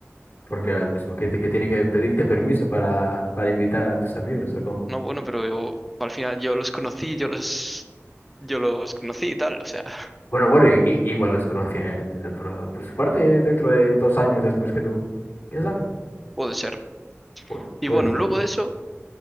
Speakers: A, on the left; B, in the centre.
A: porque al mismo que, que tiene que pedirte permiso para, para invitar a tus amigos, ¿o cómo?
B: No, bueno, pero yo- al final yo los conocí, yo los, yo los conocí y tal, o sea, <laughs>
A: Bueno, bueno, y, y- igual los conocía él por, por su parte dentro de dos años después que tú. ¿Quién sabe?
B: puede ser.
A: Pu-
B: Y
A: puede
B: bueno,
A: ser.
B: luego de eso